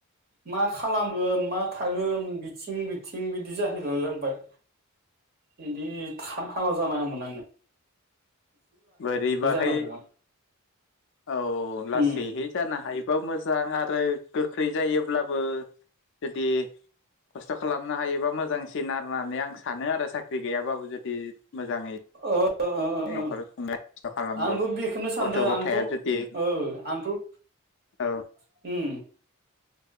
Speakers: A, on the right; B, on the left.
A: मा खालामगोन मा थागोन बिथिं बिथिं बिदि जाहैला लांबाय बिदि थाब हाबा जानाङा मोन आड़ो।
B: बोरैबाहै
A: जानांगौमोन
B: औ लासैहै
A: उम
B: जानो हायोबा मोजां आरो आरो गोख्रै जायोब्लाबो जुदि खस्थ' खालामनो हायोबा मोजांसिन आरो होननानै आं सानो आरो साख्रि गैयाबाबो जुदि मोजाङै
A: ओ ओ ओ
B: न'खर
A: ओ
B: खुंनो खस्थ' खालामबाबो
A: आंबो बेखौनो सानदों
B: गथ' गथाया
A: आंथ'
B: जुदि
A: औ आंथ' उम।
B: औ